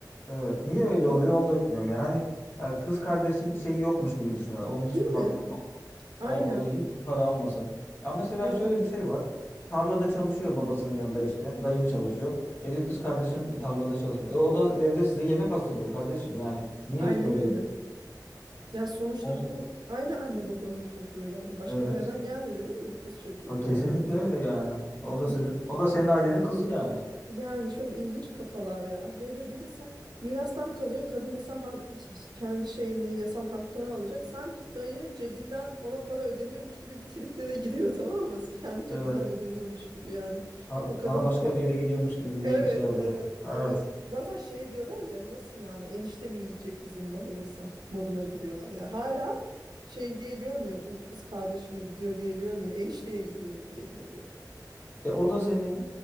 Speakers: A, on the left; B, on the right.
A: evet. Niye öyle
B: O,
A: oluyor onu da bilmiyorum ya. Hani ya kız kardeşin şeyi yokmuş gibi düşünüyorlar. Onun hiçbir
B: değil
A: hakkı
B: mi?
A: yok.
B: Aynen.
A: O e, hiçbir para almasın. Ya mesela
B: Evet.
A: şöyle bir şey var. Tarlada çalışıyor babasının
B: Hı
A: yanında
B: hı.
A: işte. Dayın çalışıyor. E diyor kız kardeşim tarlada çalışmıyor. E, o da evde size yemek hazırlıyor kardeşim. Yani niye
B: Aynen
A: biz böyle
B: öyle.
A: yapıyoruz?
B: Ya sonuçta
A: Oğlum,
B: bu aynı anne babanın çocuğu yani. Başka
A: Evet.
B: bir yerden gelmedi değil mi bu kız çocuğu
A: Ha, kesinlikle
B: da yani?
A: öyle yani. O
B: Çok
A: da sizin,
B: i-
A: o da senin ailenin kızı yani.
B: Yani çok ilginç kafalar ya. Böyle bir de sen mirastan kalıyor. Kadın mesela ha- işte kendi şeyini, yasal hakkını alacak. Sanki dayı cebinden ona para ödeniyormuş gibi bir triplere giriyor tamam mı? Kendi cebinden
A: Evet.
B: ödeniyormuş gibi yani.
A: Para,
B: O kadın
A: para başka
B: o
A: bir yere gidiyormuş gibi
B: Evet,
A: bir şey oluyor.
B: evet,
A: Evet.
B: evet. Zaten şey diyorlar ya nasıl yani enişte mi yiyecek bizim malımızı moduna giriyorlar ya. Hala şey diye görmüyor bu kız kardeşime gidiyor diye görmüyor. Enişteye gidiyor diye görüyor.
A: E, o da senin